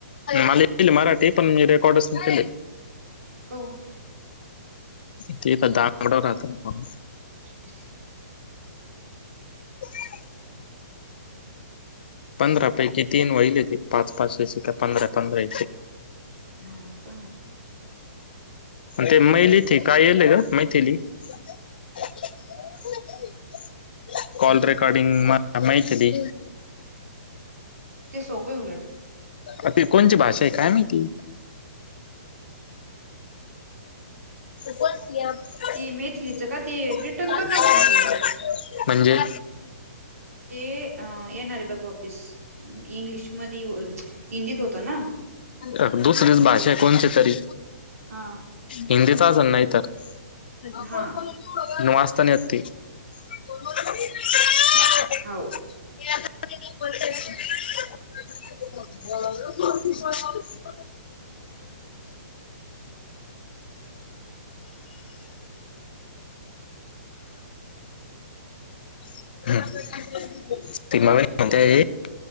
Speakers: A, on the left; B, on the right.
A: मला ईल मराठी पण मी रेकॉर्डस नाही केले.
B: काऊन.
A: ते तर दार उघड राहत ना म्हणून.
B: <unintelligible>
A: <unintelligible> पंधरा पैकी तीन वहिले ते पाच पाच का पंधरा पंधरा
B: हा का.
A: ते मैलीत काय येलय ग मैथिली. <unintelligible> कॉल रेकॉर्डिंग म मैथिली.
B: ते सोपे उलट.
A: अ त कोणची भाषा आहे काय माहिती. <unintelligible>
B: ते मेथलीचं का ते रिटर्न करणार होते ना भैया
A: म्हणजे?
B: ते येणारे बघ ऑफिस इंग्लिश मध्ये हिंदीत होतं ना.
A: अ दुसरीच
B: ते
A: भाषा आहे
B: ते
A: कोणती तरी
B: हा
A: हिंदीच असल नाही तर. <unintelligible>
B: हा <unintelligible>
A: <unintelligible> <unintelligible> <unintelligible>